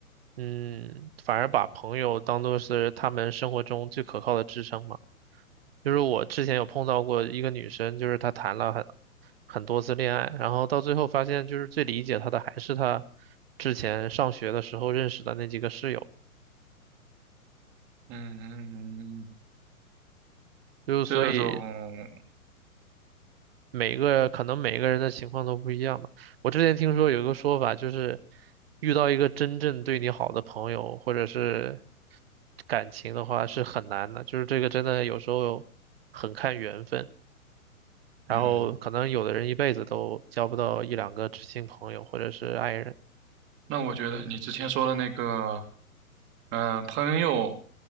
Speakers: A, on the right (about 45°); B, on the right (about 25°).
A: 嗯，反而把朋友当做是他们生活中最可靠的支撑嘛。就是我之前有碰到过一个女生，就是她谈了很很多次恋爱，然后到最后发现，就是最理解她的还是她之前上学的时候认识的那几个室友，
B: 嗯，
A: 就所以
B: 这种，
A: 每个可能每个人的情况都不一样吧。我之前听说有一个说法，就是遇到一个真正对你好的朋友或者是感情的话是很难的，就是这个真的有时候很看缘分，然后可能有的人一辈子都交不到一两个知心朋友或者是爱人。
B: 嗯，那我觉得你之前说的那个，嗯、朋友